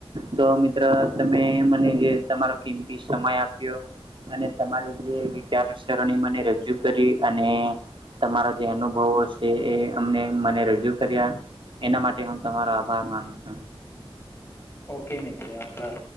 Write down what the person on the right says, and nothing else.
તો મિત્રો તમે મને જે તમારો કિમતી સમય આપ્યો. અને તમારી જે વિચારસરણી મને રજૂ કરી અને તમારા જે અનુભવો છે એ અમને મને રજૂ કર્યા એના માટે હું તમારા બાઈ મા છે